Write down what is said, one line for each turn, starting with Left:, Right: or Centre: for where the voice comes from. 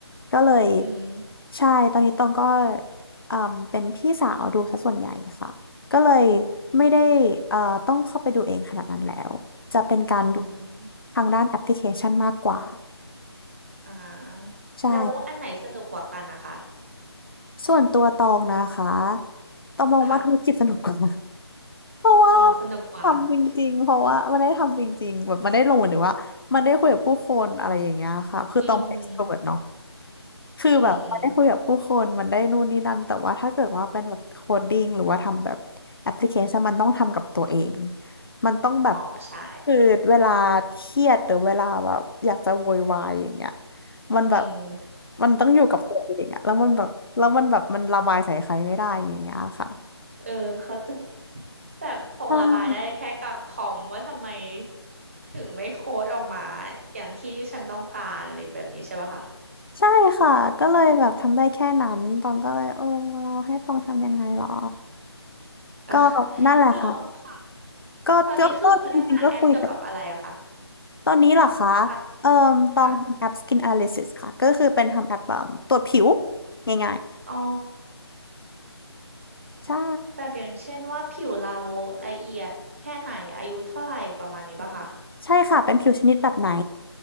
Left: ก็เลย
Right: อืม
Left: ใช่ตอนนี้ตองก็เอ่มเป็นพี่สาวดูซะส่วนใหญ่ค่ะก็เลยไม่ได้เอ่อต้องเข้าไปดูเองขนาดนั้นแล้วจะเป็นการดู
Right: อืม
Left: ทางด้านแอปพลิเคชันมากกว่า
Right: อ่า
Left: ใช่
Right: แล้วอันไหนสนุกกว่ากันนะคะ
Left: ส่วนตัวตองนะคะตองมองว่าธุรกิจสนุกกว่า
Right: ค่ะ
Left: เพราะว่า
Right: อ๋อสนุกกว่า
Left: ทำจริงๆเพราะว่ามันได้ทำจริงๆแบบมันได้ลงเหมือนถึงว่ามันได้คุยกับผู้คนอะไรอย่างเงี้ยค่ะคือตองเป็น
Right: อืม
Left: extrovert เนาะคือแบบมันได้คุยกับผู้คนมันได้นู่นนี่นั่นแต่ว่าถ้าเกิดว่าเป็นแบบโคดดิ้งหรือว่าทำแบบแอปพลิเคชันมันต้องทำกับตัวเอง
Right: อืมอืม
Left: มันต้องแบบ
Right: อ๋อใช่
Left: คือเวลาเครียดหรือเวลาแบบอยากจะโวยวายอย่างเงี้ยมันแบบ
Right: อืม
Left: มันต้องอยู่กับตัวเองอะแล้วมันแบบแล้วมันแบบมันระบายใส่ใครไม่ได้อย่างเงี้ยค่ะ
Right: เออเขาใจะ แบบคงระบายได้แค่กับคอมว่าทำไม
Left: ใช่
Right: ถึงไม่โค้ดออกมาอย่างที่ฉันต้องการอะไรแบบนี้ใช่ปะคะ
Left: ใช่ค่ะก็เลยแบบทำได้แค่นั้นตองก็เลยโอ้เราให้ตองทำยังไงหรอ
Right: <laughs>
Left: ก็นั่นแหละค่ะ
Right: เนาะค่ะ
Left: ก็ก็ก็จริงๆก็คุยกับ
Right: ตอนนี้คือพัฒนาแอปเกี่ยวกับอะไรอะคะ
Left: ตอนนี้เหรอคะ
Right: ค่ะ
Left: เอ่อตองทำแอป
Right: ค่ะ
Left: Skin Analysis ค่ะก็คือเป็นทำแอปแบบตรวจผิวง่าย
Right: อ๋อ
Left: ๆใช่
Right: แบบอย่างเช่นว่าผิวเราละเอียดแค่ไหนอายุเท่าไหร่ประมาณนี้ปะคะ
Left: ใช่ค่ะเป็นผิวชนิดแบบไหน